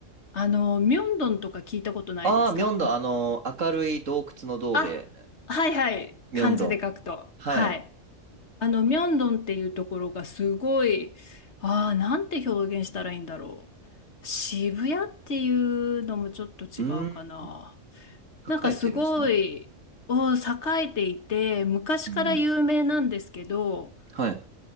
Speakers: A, on the left; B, on the right.
A: あの、ミョンドンとか聞いたことないですか
B: ああ、ミョンドン、あの、明るい洞窟の洞で、
A: あ、はいはい、
B: ミョンドン。
A: 漢字で書くと。
B: はい。
A: はい。あの、ミョンドンっていうところがすごい、ああ、なんて表現したらいいんだろう。渋谷っていうのもちょっと違うかな。
B: うーん。
A: なんかすごい、
B: 栄えてるんですね。
A: お栄えていて、昔から有名なんですけど、
B: うん。はい。